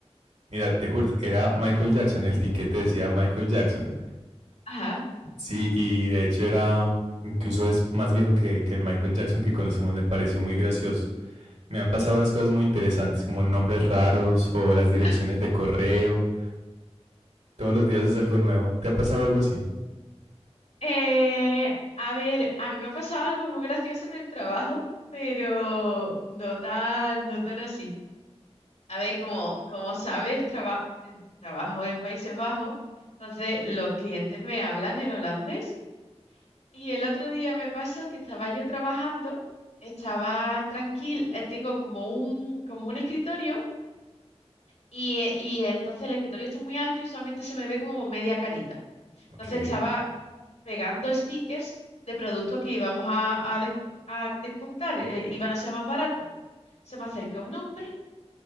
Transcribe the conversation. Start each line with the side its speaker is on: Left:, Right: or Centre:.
Right: Mira, te juro, era Michael Jackson, el tiquete decía Michael Jackson.
Left: Ajá.
Right: Sí, y de hecho era, incluso es más viejo que, que el Michael Jackson que conocemos, me pareció muy gracioso. Me han pasado unas cosas muy interesantes, como nombres raros o las direcciones
Left: <laughs>
Right: de correo. Todos los días es algo nuevo. ¿Te ha pasado algo así?
Left: Eh, a ver, a mí me ha pasado algo muy gracioso en el trabajo, pero no tan, no tan así. A ver, como, como sabes, traba- eh, trabajo en Países Bajos, entonces los clientes me hablan en holandés. Y el otro día me pasó que estaba yo trabajando, estaba tranquila, eh, tengo como un, como un escritorio. Y, eh, y entonces el escritorio está muy alto y solamente se me ve como media carita.
Right: Ok,
Left: Entonces estaba pegando stickers de productos que íbamos a, a desco- a descontar, eh, iban a ser más baratos. Se me acerca un hombre